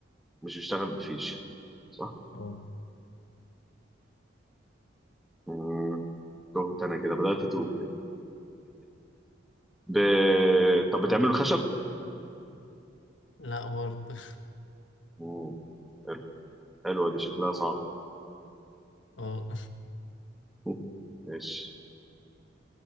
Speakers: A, in the centre; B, on the left (about 80°).
A: مش بيشتغل بفيش صح
B: اه
A: مم، تهت انا كده بدأت اتوه كده ب... طب بتعمله خشب
B: لا برضه
A: مم، حلو. حلوة دي شكلها صعب
B: اه
A: مم، ماشي